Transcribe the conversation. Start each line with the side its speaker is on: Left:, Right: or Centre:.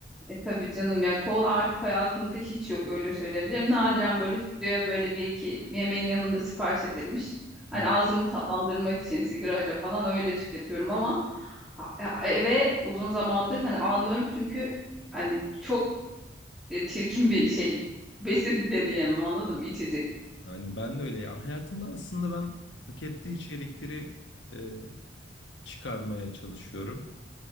Centre: E tabii canım ya kol artık hayatımda hiç yok öyle söyleyebilirim. Nadiren böyle stüdyoya böyle bir iki yemeğin yanında sipariş edilmiş. Hani
Left: <laughs>
Centre: ağzımı tatlandırmak için sigarayla falan öyle tüketiyorum ama a- e, a- eve uzun zamandır hani almıyorum çünkü hani çok e, çirkin bir şey. <laughs> Besin de diyemem anladın mı? İçecek.
Left: Yani ben de öyle ya. Hayatımda aslında ben paketli içerikleri e, çıkarmaya çalışıyorum.